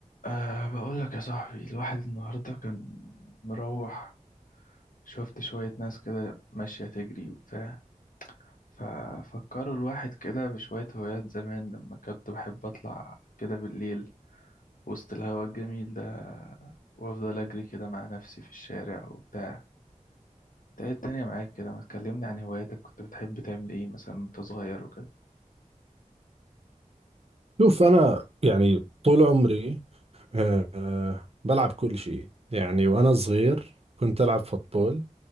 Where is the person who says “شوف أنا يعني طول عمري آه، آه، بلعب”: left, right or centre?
Right